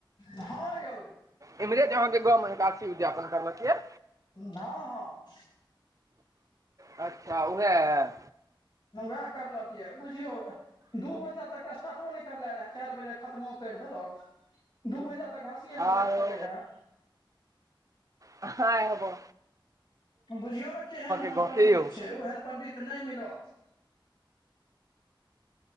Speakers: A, on the left; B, on the right.
A: <unintelligible> हाँ यौ।
B: इम्हरे अहाँ के गोमें एकादशी उद्यापन करलक यै।
A: हँ हँ।
B: <inaudible> अच्छा वैएह।
A: नव वएह करलक यए, बुझियौ। दू बजे तक स्टार्टो नहि करलय रहै, चारि बजे खत्मो करि देलक, दू बजे तक हस कीए मजाक
B: आरो
A: चलै रहै।
B: कहाॅ एहबो।
A: हम बुझियौ ने केहन हमर
B: गाँवके
A: पण्डित
B: यौ
A: छै, ओहन पण्डित नहि मिलत।